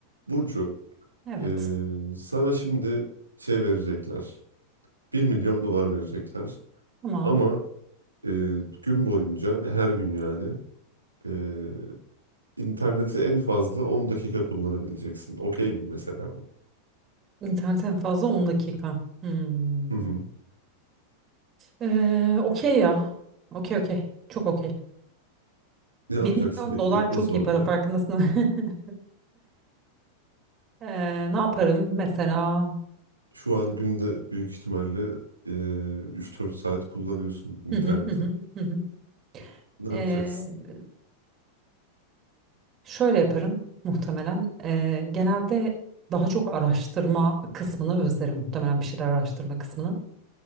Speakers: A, on the right; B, on the right.
A: Burcu,
B: Evet.
A: eee, sana şimdi şey verecekler. bir milyon dolar verecekler.
B: Tamam.
A: Ama eee, gün boyunca ve her gün yani eee, interneti en fazla 10 dakika kullanabileceksin. Okey mi mesela bu?
B: İnternet en fazla 10 dakika. Hmm.
A: Hı hı.
B: Ee, okey ya. Okey okey. Çok okey.
A: Ne yapacaksın
B: Bir milyon
A: peki?
B: dolar
A: Na- Nasıl
B: çok iyi
A: olacak?
B: para farkındasın. değil <laughs> Ee, ne yaparım mesela?
A: Şu an günde büyük ihtimalle eee 3-4 saat kullanıyorsun interneti.
B: Hı hı hı hı hı. hı.
A: Ne
B: Ee,
A: yapacaksın?
B: şöyle yaparım muhtemelen. Ee, genelde daha çok araştırma kısmını özlerim muhtemelen bir şeyler araştırma kısmını.